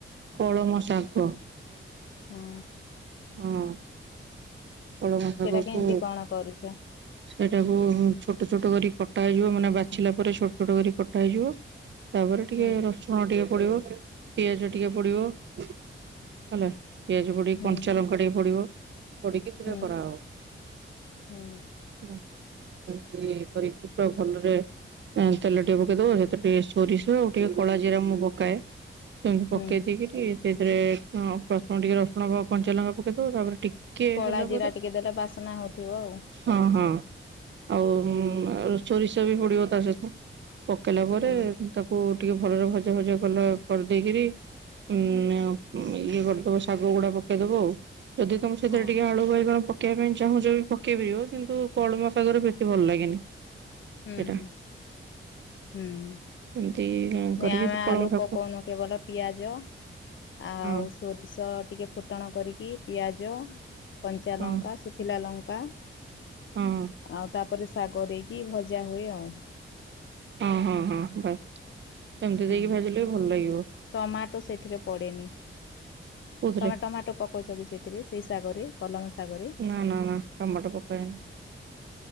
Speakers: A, on the right (about 60°); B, on the left (about 65°).
A: କଳମ ଶାଗ?
B: ହୁଁ
A: ହଁ। କଳମ ଶାଗ
B: ସେଟା କେମିତି
A: କୁ
B: କଣ କରୁଛ
A: ସେଇଟାକୁ ଛୋଟ ଛୋଟ କରି କଟା ହେଇଯିବ ମାନେ ବାଛିଲା ପରେ ଛୋଟ ଛୋଟ କରି କଟା ହେଇଯିବ ତାପରେ ଟିକେ
B: ହୁଁ
A: ରସୁଣ ଟିକେ ପଡିବ, ପିଆଜ ଟିକେ ପଡିବ ହେଲା ପିଆଜ ପଡିକି
B: ହୁଁ
A: କଞ୍ଚା ଲଙ୍କା ଟିକେ ପଡିବ ପଡିକି ସେଇଟା
B: ହୁଁ
A: କରାହବ।
B: ହୁଁ।
A: <unintelligible> କରିକି ପୁରା ଭଲରେ ଉଁ ତେଲ ଟିକେ ପକେଇଦବ ହେଇଥିରେ ଟିକେ ସୋରିଷ ଆଉ ଟିକେ କଳା ଜିରା ମୁଁ ପକାଏ। ସେମିତି ପକେଇ
B: ହୁଁ
A: ଦେଇକିରି ସେଇଥିରେ ହଁ ପ୍ରଥମ ଟିକେ ରସୁଣ କ କଞ୍ଚା ଲଙ୍କା ପକେଇ ଦବ ତାପରେ ଟିକ କେ
B: କଳା
A: ହେଲ
B: ଜିରା ଟିକେ ଦେଲେ ବାସ୍ନା ହଉଥିବ ଆଉ।
A: ହଁ ହଁ ଆଉ ଉଁ ସୋରିଷ ବି ପଡିବ ତା ସହିତ। ପକେଇଲା ପରେ
B: ହୁଁ
A: ତାକୁ ଟିକେ ଭଲରେ ଭଜା ଭଜା କଲା କରିଦେଇକିରି ଉଁ ଆଉ ଇଏ କରିଦବ ଶାଗ ଗୁଡା ପକେଇଦବ ଆଉ ଯଦି ତମେ ସେଥିରେ
B: ହଁ
A: ଟିକେ ଆଳୁ କଣ ପକେଇବା ପାଇଁ ଚାହୁଁଛ ବି ପକେଇ ପାରିବ କିନ୍ତୁ କଳମ ଶାଗରେ ବେଶୀ ଭଲ ଲାଗେନି।
B: ହୁଁ
A: ସେଇଟା
B: ହୁଁ ହୁଁ।
A: ସେମିତି କରିକି
B: ନିଆ ଆମେ
A: ସେ
B: ଆଲୁ
A: କଳମ ଶାଗ
B: ପକଉନୁ କେବଲ ପିଆଜ ଆଉ
A: ହଁ
B: ସୋରିଷ ଟିକେ ଫୁଟ ଫୁଟଣ କରିକି ପିଆଜ କଞ୍ଚା
A: ହଁ
B: ଲଙ୍କା ଶୁଖିଲା ଲଙ୍କା।
A: ହଁ।
B: ଆଉ ତାପରେ ଶାଗ ଦେଇକି ଭଜା ହୁଏ ଆଉ।
A: ହଁ ହଁ ହଁ ବାସ୍ ସେମିତି
B: ହୁଁ
A: ଦେଇକି ଭାଜିଲେ ବି ଭଲ ଲାଗିବ।
B: ଟମାଟୋ ସେଥିରେ ପଡେନି
A: କୋଉଥିରେ
B: ତମେ ଟମାଟୋ ପକଉଛ କି ସେ ସେଥିରେ ସେଇ ଶାଗରେ କଲମ ଶାଗରେ।
A: ନା ନା ନା ଟମାଟୋ ପକାଏନି।